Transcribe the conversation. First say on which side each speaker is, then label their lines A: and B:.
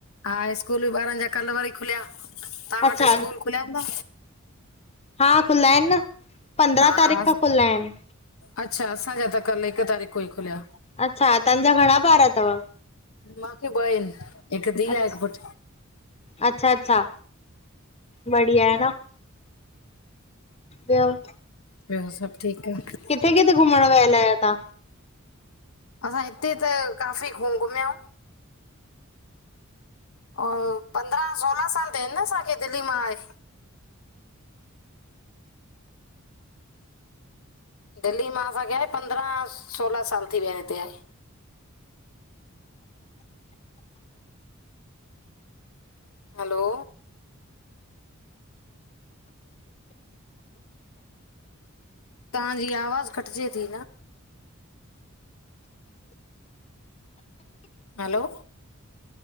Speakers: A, on the left; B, on the left.
A: हा स्कूल ॿारन जा कल्ह वरी खुलिया तव्हां
B: अच्छा
A: वट स्कूल खुलिया हूंदा?
B: हा खुला अहिन न। पंद्रहं
A: हा हा,
B: तारीख़ खां खुला आहिनि।
A: अच्छा असांजा त कल्ह हिकु तारीख़ो ई खुलिया
B: अच्छा तव्हांजा घणा ॿार अथव?
A: माखे ॿ अहिन हिकु धीअ,
B: अच्छा
A: हिकु पुट।
B: अच्छा अच्छा, बढ़िया आहे न। ॿियो?
A: ॿियो सभ ठीक आहे।
B: किथे किथे घुमण वहिल अयो ता?
A: असां हिते त काफ़ी घुम घुमियाऊयूं। अ--पंद्रहं, सोरहां साल थिआ आहिनि न असांखे दिल्ली मां आये। दिल्ली मां असांखे आये पंद्रहं सोलहां साल थी विया आहिन हिते आये। हलो तांजी आवाज़ कटिजे थी न। हलो